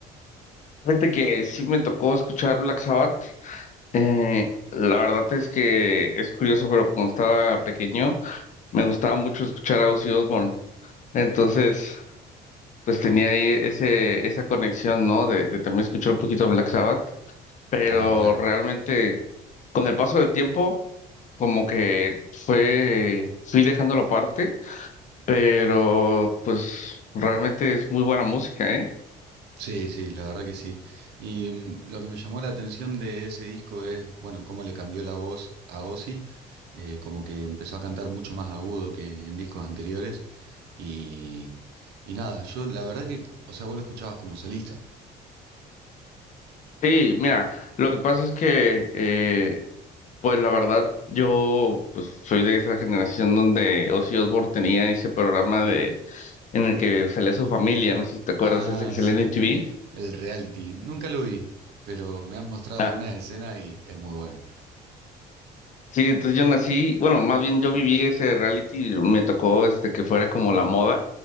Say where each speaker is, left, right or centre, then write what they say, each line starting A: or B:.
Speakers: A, on the left (about 45°); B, on the right (about 80°).
A: Fíjate que sí me tocó escuchar Black Sabbath. Eh, la verdad es que es curioso, pero cuando estaba pequeño me gustaba mucho escuchar a Ozzy Osbourne. Entonces, pues tenía ahí ese, esa conexión, ¿no? De, de también escuchar un poquito Black Sabbath, pero
B: Ah, claro.
A: realmente con el paso del tiempo, como que fue, fui dejándolo aparte, pero pues realmente es muy buena música, ¿eh?
B: Sí, sí, la verdad que sí. Y mm, lo que me llamó la atención de ese disco es, bueno, cómo le cambió la voz a Ozzy, eh, como que empezó a cantar mucho más agudo que en discos anteriores. Y, y nada, yo la verdad que, o sea, vos lo escuchabas como solista.
A: Sí, mira, lo que pasa es que, eh, pues la verdad, yo pues soy de esa generación donde Ozzy Osbourne tenía ese programa de en el que salía su familia, no sé si te acuerdas,
B: Ah,
A: ese que salía
B: sí,
A: en MTV.
B: el reality. Nunca lo vi, pero me han mostrado
A: Ah,
B: algunas escenas y es muy bueno.
A: sí, entonces yo nací, bueno, más bien yo viví ese reality, me tocó este que fuera como la moda,